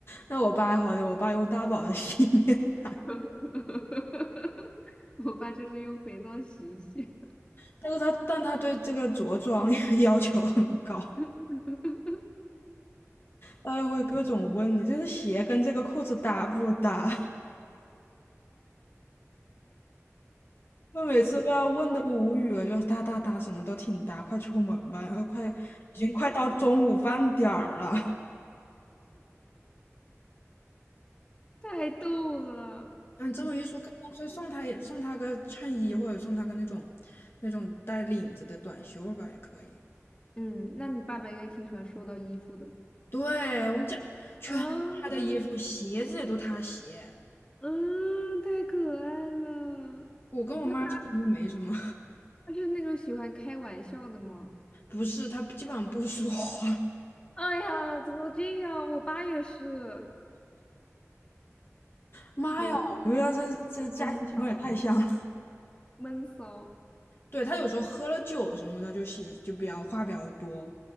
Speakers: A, on the left; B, on the left.
A: 那我爸好的，我爸用大宝的 <laughs> 洗面奶，
B: <laughs> 我爸就是用肥皂洗一洗，
A: 但是他但他对这个着装 <laughs> 要求很高，
B: <laughs>
A: 他又会各种问你这个鞋跟这个裤子搭不搭。<laughs> 我每次都要问的无语了，就搭搭搭，什么都挺搭，快出门吧，然后快已经快到中午饭点儿了。
B: 太逗了。
A: 嗯，这么一说，干脆送他也送他个衬衣，或者送他个那种那种带领子的短袖吧，也可以。
B: 嗯，那你爸爸应该挺喜欢收到衣服的。
A: 对，我们家全是他的衣服，
B: 啊，
A: 鞋子也都他洗。
B: 嗯，太可爱了。
A: 我跟我妈基本上没什么，
B: 那他他是那种喜欢开玩笑的吗？
A: <laughs> 不是，她基本上不说话。
B: 哎呀，怎么这样？我爸也是
A: 妈呀，
B: 闷骚，
A: 我们家这这家庭情况也太像了。
B: 闷骚，闷骚。
A: 对，她有时候喝了酒什么的，就喜就比较话比较多，